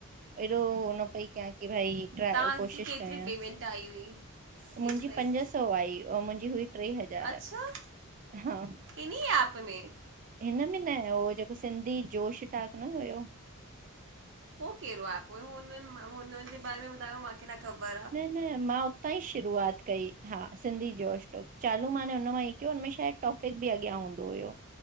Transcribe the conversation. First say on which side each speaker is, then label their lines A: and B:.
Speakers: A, on the right (about 35°); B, on the right (about 60°).
A: हेॾो हो न पई कयां की भाई ट्राए
B: तव्हांजी
A: कोशिश
B: केतिरी
A: कयां
B: पेमेंट आई हुई हेसि
A: मुंजी
B: ताईं
A: पंज सौ आई मुंहिंजी हुई टे हज़ार
B: अच्छा
A: हा
B: इन्ही ऐप में
A: हिन में न हो जेको सिंधी जोश टाक न हुयो।
B: हो कहिड़ो एप हुयो हुननि मां हुन जे बारे में ॿुधायो मांखे मुखे न ख़बर आ।
A: न न मां उतां ई शुरूआत कई। हा सिंधी जोशटोक चालू माने हुन मां ई कयोम टॉपिक बि अॻियां हूंदो हुयो।